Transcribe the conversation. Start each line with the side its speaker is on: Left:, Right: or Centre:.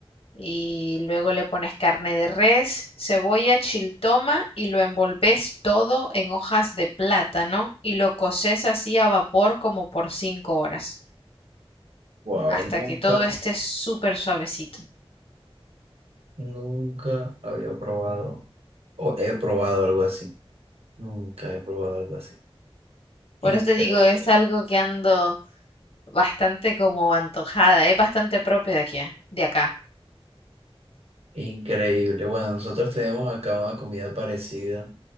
Left: y luego le pones carne de res, cebolla, chiltoma y lo envolves todo en hojas de plátano y lo coces así a vapor como por cinco horas,
Right: Wow,
Left: hasta
Right: nunca,
Left: que todo esté súper suavecito.
Right: nunca había probado o he probado algo así. Nunca he probado algo así.
Left: Por
Right: Increíble.
Left: eso te digo, es algo que ando bastante como antojada, es bastante propio de aquí, de acá.
Right: Increíble. Bueno, nosotros tenemos acá una comida parecida